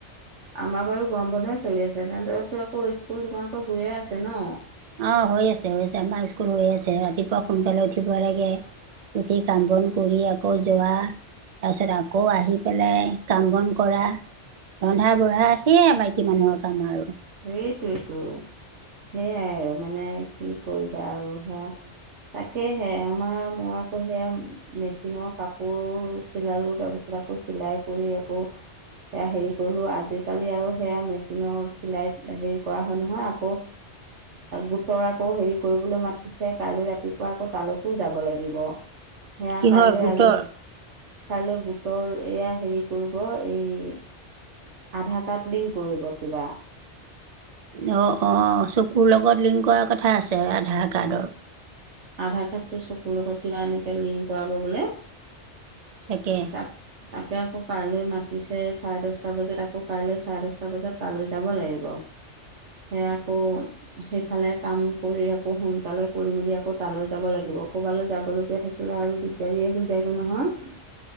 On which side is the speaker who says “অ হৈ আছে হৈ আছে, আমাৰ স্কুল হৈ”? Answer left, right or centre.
Right